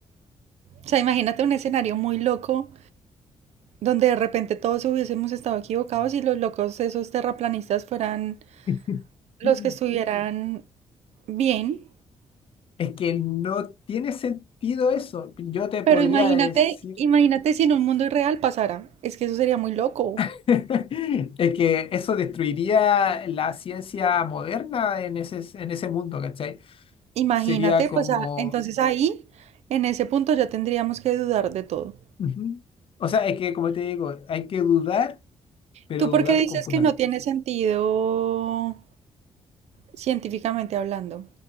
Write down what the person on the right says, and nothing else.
O sea, imagínate un escenario muy loco donde de repente todos hubiésemos estado equivocados y los locos, esos terraplanistas, fueran
los que estuvieran bien.
Pero imagínate,
imagínate si en un mundo irreal pasara. Es que eso sería muy loco.
Imagínate,
pues ah, entonces ahí, en ese punto ya tendríamos que dudar de todo.
¿Tú
por qué dices
que no tiene sentido científicamente hablando?